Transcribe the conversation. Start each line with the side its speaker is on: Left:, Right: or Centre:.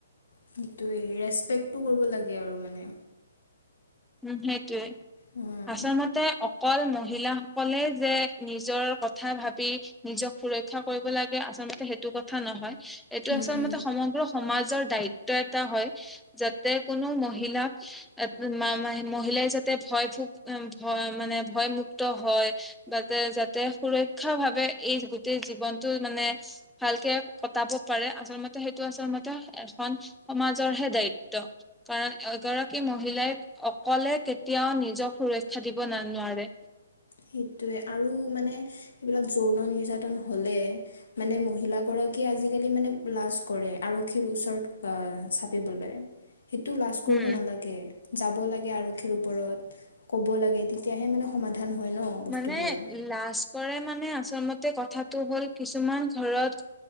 Left: সেইটোৱে ৰেছপেক্টো কৰিব লাগে আৰু মানে
Centre: উম সেইটোৱে
Left: উম,
Centre: আচলতে অকল মহিলাাসকলে যে নিজৰ কথা ভাবি নিজক সুৰক্ষা কৰিব লাগে আচল সটো কথা নহয় এইটো
Left: উম,
Centre: আচলতে
Left: উম।
Centre: সমগ্ৰ সমাজ <unintelligible> সমাজৰ দায়িত্ব এটা হয় যাতে কোনো মহিলা আপোনাৰ মহিলাই যাতে ভয় ভ ভয় মানে ভয়মুক্ত হয় বা যাতে সুৰক্ষা ভাৱে এই গোটেই জীৱনটো মানে ভালকে কটাব পাৰে আচলতে সেইটো আচলতে এখন সমাজৰহে দায়িত্ব কাৰণ এগৰাকী মহিলাই অকলে কেতিয়াও নিজক সুৰক্ষা দিব ন নোৱাৰে।
Left: সেইটোৱে আৰু মানে এইবিলাক যৌন নিৰ্যাতন হলে মানে মহিলাগৰাকীয়ে আজিকালি মানে লাজ কৰে আৰক্ষীৰ ওচৰত আহ চাপিবলৈ। সেইটো লাজ
Centre: হম
Left: কৰিব নালাগে যাব লাগে আৰক্ষীৰ ওপৰত ক'ব লাগে। তেতিয়াহে মানে সমাধান হয়। ন বস্তুবোৰ
Centre: মানে লাজ কৰে মানে আচল মতে কথাটো হ'ল কিছুমান ঘৰত